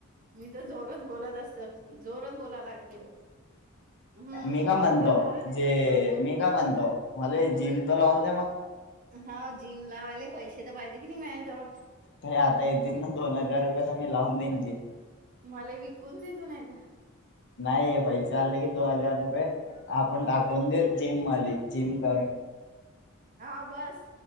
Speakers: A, on the right (about 40°); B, on the left (about 55°).
A: मी तर जोरच बोलत असत. जोरच बोला लागते हम्म
B: मी काय
A: मौनव्रत
B: म्हणतो,
A: धारण
B: जे
A: हा बोल
B: मी काय म्हणतो मला ऐक
A: बोल
B: जिम
A: ना
B: त लावून दया म
A: हा जिम लावायले पैसे तर पाहिजे की नाई मायाजवळ
B: हो आता येतीन ना दोन हजार रुपये तर मी लावून देईन. <inaudible>
A: मला विकून दे तू नाय तर
B: नाहीये, पैसे आले की दो हजार रुपये आपण टाकून देऊ जिम मधी जिम करू
A: हा बस,